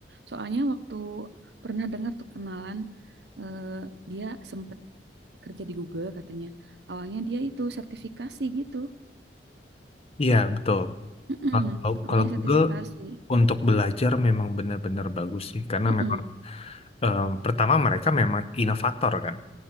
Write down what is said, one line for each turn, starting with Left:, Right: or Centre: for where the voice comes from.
Right: Soalnya waktu pernah dengar tuh kenalan, eh, dia sempet kerja di Google katanya. Awalnya dia itu sertifikasi gitu.
Left: Iya, betul.
Right: Mm-mm.
Left: Kalau
Right: Awalnya
Left: kalau
Right: sertifikasi.
Left: Google untuk belajar memang benar-benar bagus sih karena
Right: Mm-mm.
Left: memang em, pertama mereka memang inovator kan.